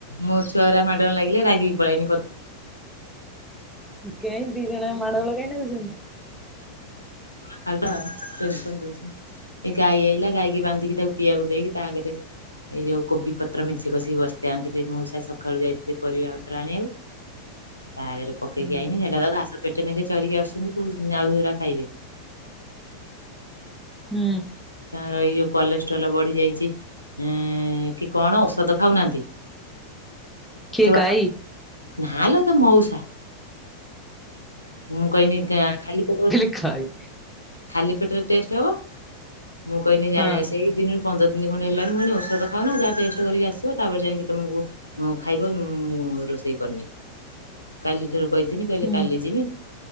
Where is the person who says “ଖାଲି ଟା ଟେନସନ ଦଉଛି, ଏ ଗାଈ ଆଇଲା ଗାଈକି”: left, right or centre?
Left